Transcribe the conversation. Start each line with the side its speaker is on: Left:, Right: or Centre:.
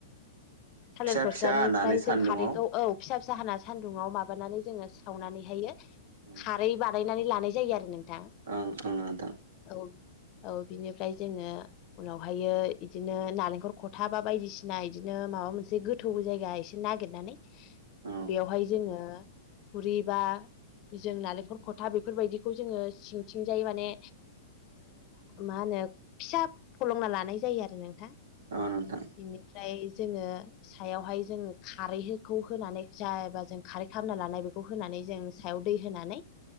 Left: थालिर
Right: फिसा
Left: फस्लानिफ्राय
Right: फिसा हानानै
Left: जों
Right: सान्दुङाव
Left: खारैखौ औ फिसा फिसा हा सान्दुंङाव माबानानै जोङो सावनानैहायो
Right: औ
Left: खारै बानायनानै लानाय जायो आरो नोंथां।
Right: ओं ओं नोंथां
Left: औ औ बिनिफ्राय जोङो उनावहायो बिदिनो नालेंखल खथा बा बायदिसिना बिदिनो माबा मोनसे गोथ गो थौ जायगा एसे नागिरनानै
Right: ओं
Left: बेवहाय जोङो खुरि बा जों नालेंखल खथा बेफोरबायदिखौ जोङो सिंथिंजाय माने मा होनो फिसा फलंना लानाय जायो आरो नोंथां
Right: आं नं थां
Left: बिनिफ्राय जोङो सायावहाय जों खारैखौ होनानै जायबा जों खारै खालामना लानाय बेखौ होनानै जों सायाव दै होनानै